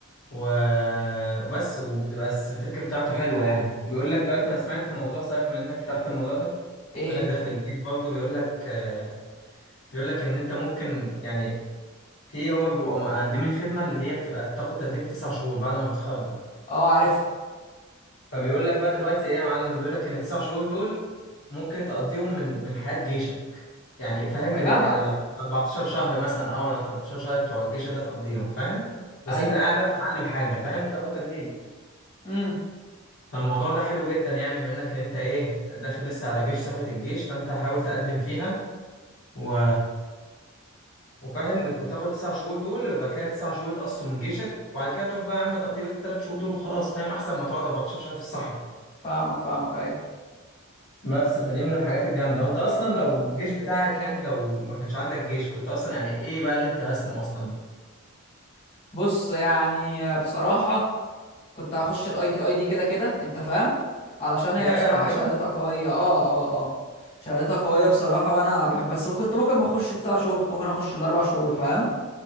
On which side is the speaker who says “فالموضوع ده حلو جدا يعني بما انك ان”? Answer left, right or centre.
Left